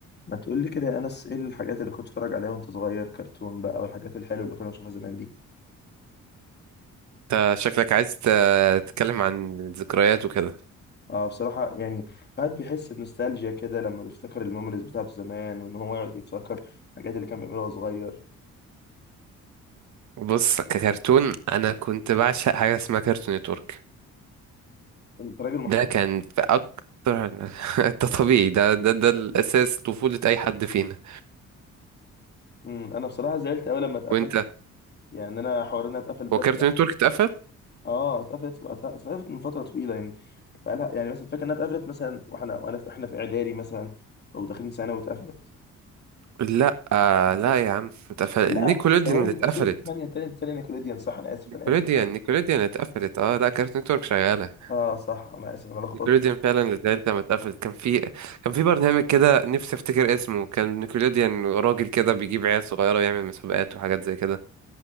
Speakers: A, on the left; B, on the right.
A: ما تقول لي كده يا انس ايه الحاجات اللي كنت بتتفرج عليها وانت صغير كرتون بقى والحاجات الحلوه اللي كنا بنشوفها زمان دي
B: انت شكلك عايز ت- تتكلم عن الذكريات وكده
A: اه بصراحه يعني الواحد بيحس بنوستالجيا كده لما بيفتكر الميموريز بتاعته زمان وان هو يقعد يفتكر الحاجات اللي كان بيعملها وهو صغير
B: بص ككرتون انا كنت بعشق حاجه اسمها كرتون نتورك
A: انت راجل محترم
B: ده كان في اكتر <laughs> ده طبيعي ده ده ده الاساس طفوله اي حد فينا
A: امم انا بصراحه زعلت قوي لما اتقفل
B: وانت
A: يعني انا حوار انها اتقفلت ده
B: هو كرتون
A: بصراحه
B: نتورك اتقفل
A: اه اتقفلت اتقفلت من فتره طويله يعني بقالها يعني مثلا فاكر انها اتقفلت مثلا واحنا وانا في احنا في اعدادي مثلا او داخلين ثانوي واتقفلت
B: لا آه لا يا عم اتقفل
A: لا
B: نيكولوديان
A: ثواني
B: اللي اتقفلت
A: سوري ثانيه ثانيه ثانيه نيكوليديان صح انا اسف
B: نيكولوديان
A: انا اسف
B: نيكولوديان اللي اتقفلت اه لا كرتون نتورك شغاله
A: اه صح انا اسف إن انا لخبطت
B: نيكوليديان فعلا التالتة لما اتقفلت كان في كان في برنامج كده نفسي افتكر اسمه كان نيكوليديان راجل كده بيجيب عيال صغيرة ويعمل مسابقات وحاجات زي كده